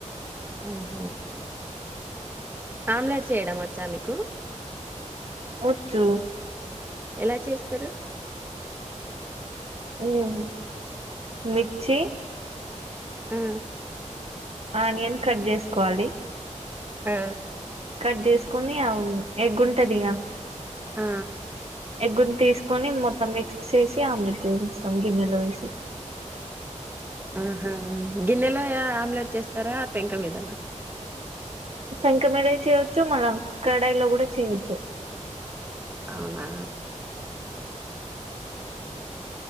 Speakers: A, on the right; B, on the right.
A: ఆహ ఆమ్లెట్స్ చేయడం వచ్చా మీకు
B: వచ్చు
A: ఎలా చేస్తరు
B: ఉం మిర్చి
A: ఆ
B: ఆనియన్ కట్ చేసుకోవాలి
A: ఆ
B: కట్ చేసుకుని అ ఎగ్ ఉంటది ఇక
A: ఆ
B: ఎగ్గుని తీసుకొని మొత్తం మిక్స్ చేసి ఆమ్లెట్ చేసేస్తాం గిన్నెలో వేసి
A: ఆహా గిన్నెలో ఆమ్లెట్ చేస్తారా పెంక మీదనా
B: పెంక మీద చేయొచ్చు మళ్ళా కడాయిలో కూడా చేయొచ్చు
A: అవునా